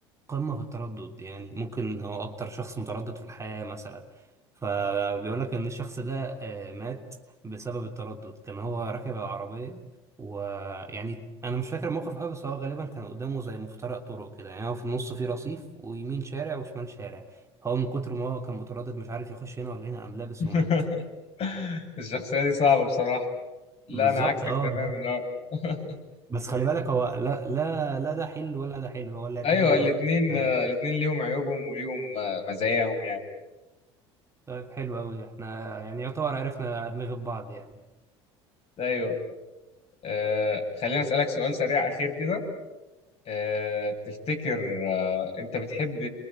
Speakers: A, on the right (about 20°); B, on the left (about 45°).
A: قمة في التردد يعني ممكن هو أكتر شخص متردد في الحياة مثلا فبيقول لك إن الشخص ده آه، مات بسبب التردد كان هو راكب العربية ويعني أنا مش فاكر الموقف أوي بس هو غالبا كان قدامه زي مفترق طرق كده يعني هو في النص فيه رصيف ويمين شارع وشمال شارع هو من كتر ما هو كان متردد مش عارف يخش هنا ولا هنا قام لابس
B: <laughs>
A: ومات
B: الشخصيه دي صعبه بصراحه لا
A: بالظبط
B: انا عكسك
A: اه
B: تماما اه <laughs>
A: بس خلي بالك هو لا لا لا ده حلو ولا ده حلو هو الاعتدال
B: ايوه الاتنين
A: هو حاجة
B: آه، الاتنين ليهم عيوبهم وليهم آه، مزاياهم يعني
A: طيب حلو أوي احنا يعني يعتبر عرفنا أدمغة بعض يعني
B: ايوه آه، خليني اسالك سؤال سريع اخير كده آه، تفتكر آه، انت بتحب